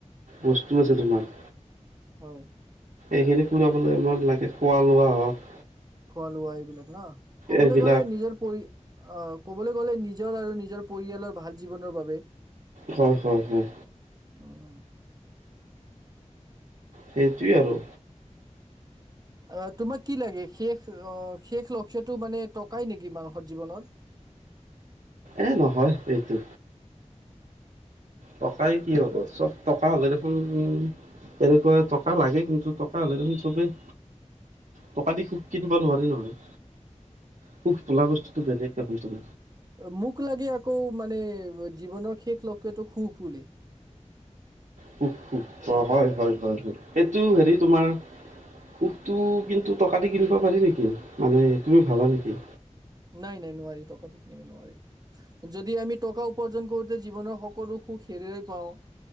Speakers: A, on the right (about 80°); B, on the right (about 30°).
A: বস্তু আছে তোমাৰ
B: হয়।
A: এইখিনি ফুৰাবলৈ আমাক লাগে খোৱা লোৱা হওঁক।
B: খোৱা লোৱা এইবিলাক ন, ক'বলৈ
A: এইবিলাক
B: গ'লে নিজৰ পৰি অঁ, ক'বলৈ গ'লে নিজৰ আৰু নিজৰ পৰিয়ালৰ ভাল জীৱনৰ বাবে
A: হয় হয় হয়।
B: অঁ।
A: সেইটোৱে আৰু।
B: অঁ, তোমাক কি লাগে শেষ অঁ' শেষ লক্ষ্য টো মানে টকাই নেকি, মানুহৰ জীৱনত?
A: এ নহয় এইটো। টকাৰে কি হ'ব চব টকা হ'লে দেখোন তেনেকুৱা টকা লাগে, কিন্তু টকা হ'লে দেখোন চবেই টকা দি সুখ কিনিব নোৱাৰি নহয়। সুখ বোলা বস্তুটো বেলেগকে বুজা হৈছিল।
B: অ' মোক লাগে আকৌ মানে জীৱনৰ শেষ লক্ষ্য টো সুখ বুলি।
A: হোহ হোহ অ' হয় হয় হয় হয়, সেইটো হেৰি তোমাৰ সুখটো, কিন্তু টকা দি কিনিব পাৰি নিকি মানে তুমি ভাবা নিকি?
B: নাই, নাই নোৱাৰি টকাই দি কিনিব নোৱাৰি। যদি আমি টকা উপাৰ্জন কৰোঁতে জীৱনৰ সকলো সুখ হেৰিৱাই পাওঁ,